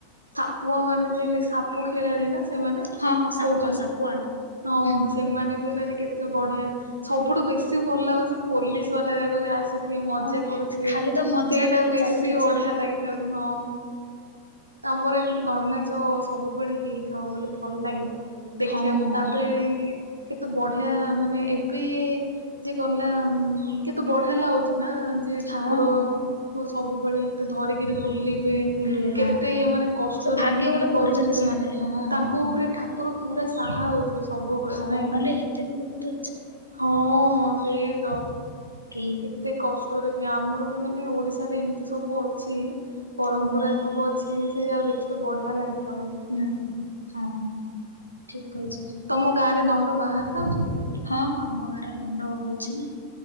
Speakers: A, on the right; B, on the left.
A: ସାପୁଆ ମାନେ ଯୋଉ ହେଲେ ସାପୁଆ ଖେଳାଳି ନା ସେମାନେ।
B: ହଁ ହଁ ସାପୁଆ
A: କହୁଛନ୍ତି
B: ସାପୁଆ।
A: ହଁ
B: ହୁଁ।
A: ସେମାନେ ବି ହେଲେ କେ ତେ ବଢିଆ ସବୁଠୁ ବେଶୀ ଭଲ ଲାଗୁଛି ପୋଲିସ ବାଲା ଯାକ ଆସି
B: ହଁ
A: ମଜା କରୁଥିବେ
B: ଖାଲି ତ ମଜା
A: ସେଇଟା
B: ଖାଲି
A: ବେଶୀ
B: ଚାଲିଥିବ
A: ବଢିଆ
B: ସେଟା
A: ଲାଗିଥାଉଛି ହଁ। ଆମର ଏମିତି ଦଣ୍ଡ ନାଚ ସବୁବେଳେ ହେଇଥାଉ ବୋଲି ଭଲ ଲାଗିବ। ଦେଖିବାକୁ
B: ହଁ ହଁ
A: ତାପରେ କେତେ ବଢିଆ ମାନେ ଏବେ ଯିଏ ଗଲା କେତେ ବଢିଆ ଲାଗୁଛି ନା ଯେ
B: ହଁ
A: ଠାକୁରଙ୍କୁ
B: ହଁ
A: ସବୁବେଳେ ଏମତି ଧରିକିରି ବୁଲିବେ
B: ବୁଲିବେ ହଁ।
A: କେତେ ମାନେ କଷ୍ଟରେ
B: ସେ ଭାଗ୍ୟ
A: ତାଙ୍କେ
B: ଗୋଟେ
A: ଇଏ
B: କରିଛନ୍ତି
A: କରୁଥିବେ
B: ସେମାନେ ହଁ
A: ତାଙ୍କ
B: ହଁ।
A: ଉପରେ ଠାକୁର ପୁରା ସାହା ହଉଥିବେ ସବୁବେଳେ
B: ହଁ
A: ନାଇଁ
B: ନହେଲେ
A: କି
B: ଏତେ ଦୂରକୁ ତ
A: ହଁ ସେଇ ତ
B: କି
A: କେତେ କଷ୍ଟରେ ବି ଆମର ମାନେ ଓଡିଶା ରେ ଏମିତି ସବୁ ଅଛି ପରମ୍ପରା
B: ହଁ
A: ସବୁ ଅଛି ସେଇ ଯାଗା ଦେଖିଲେ ବଢିଆ ଲାଗିଥାଉଛି।
B: ହୁଁ ହଁ ଠିକ କହିଛ।
A: ତମ ଗାଁ ରେ ଦଣ୍ଡ ବାହାରି ଥାଉଛି।
B: ହଁ ହଁ ଆମ ଗାଁରେ ଦଣ୍ଡ ହଉଛି ନା